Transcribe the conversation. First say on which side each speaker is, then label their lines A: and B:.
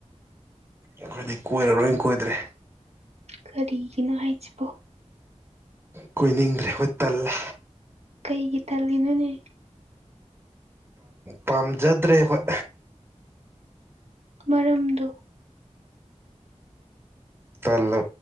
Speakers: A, on the right (about 20°); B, on the right (about 60°).
A: ꯑꯩꯈꯣꯏꯗꯤ ꯀꯣꯏꯔꯔꯣꯏꯅ ꯀꯣꯏꯗ꯭ꯔꯦ
B: ꯀꯔꯤꯒꯤꯅꯣ ꯍꯥꯏꯁꯤꯕꯣ
A: ꯀꯨꯏꯅꯤꯡꯗ꯭ꯔꯦ ꯍꯣꯏ ꯇꯜꯂ
B: ꯀꯩꯒꯤ ꯊꯜꯂꯤꯅꯣꯅꯦ
A: ꯄꯥꯝꯖꯗ꯭ꯔꯦ ꯑꯩꯈꯣꯏ
B: ꯃꯔꯝꯗꯨ
A: ꯇꯂ